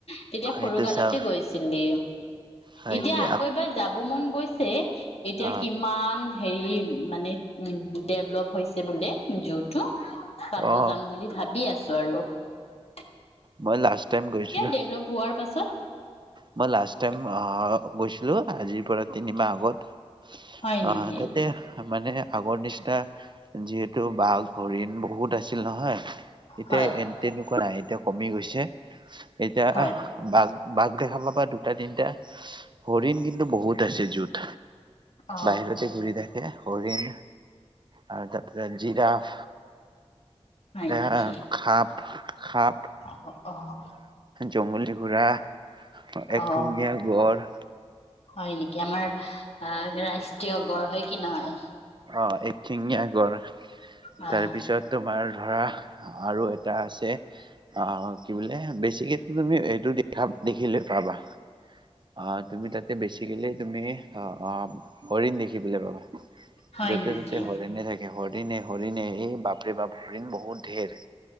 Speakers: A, on the left; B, on the right.
A: তেতিয়া
B: সেইটো
A: সৰু কালতে
B: চাও
A: গৈছিলি।
B: হয়
A: এতিয়া
B: নেকি
A: আকৌ এবাৰ যাব মন গৈছে এতিয়া
B: অ
A: কিমান হেৰি মানে উ ডেভলপ হৈছে। বোলে জুহটো। চাব
B: অ
A: যাম বুলি ভাবি আছো। জাই গৈ <unintelligible>
B: মই লাষ্ট টাইম গৈছিলো
A: ডেভলপ হোৱাৰ পাছত
B: মই লাষ্ট টাইম অঁ গৈছিলো আজি পুৰা তিনিমাহ আগত
A: হয়
B: অ
A: নেকি
B: তাতে মানে আগৰ নিচিনা যিহেতু বাঘ হৰিণ বহুত আছিল নহয়। এতিয়া
A: হয়
B: এ তেনেকুৱা কৰা এতিয়া কমি গৈছে। এতিয়া
A: হয়
B: বাঘ বাঘ দেখা পাব দুটা তিনিটা হৰিণ কিন্তু বহুত আছে জুহত
A: অ
B: বাহিৰতে ঘূৰি থাকে। হৰিণ আৰু তাৰপা জিৰাফ
A: হয়
B: এৰা
A: নেকি
B: সাপ সাপ
A: অ অ
B: জংগল দি ঘূৰা। <unintelligible> একশিঙীয়া
A: অ
B: গঁড়।
A: হয় নেকি আমাৰ, অ, ৰাষ্ট্ৰীয়- গঁড় হয় কি নহয়।
B: অ, একশিঙীয়া গঁড়।
A: হয়
B: তাৰপিছত তোমাৰ ধৰা আৰু এটা আছে। অ, কি বোলে বেছিকো তুমি এইটো দেখা দেখিলে পাবা। অ, তুমি তাতে বেছি গ'লে তুমি অ, অ, হৰিণ দেখিবলৈ পাবা।
A: হয়
B: য'তে
A: নেকি
B: ততে হৰিণে থাকে। হৰিণে হৰিণে এই বাপৰে বাপ হৰিণ বহুত ধেৰ।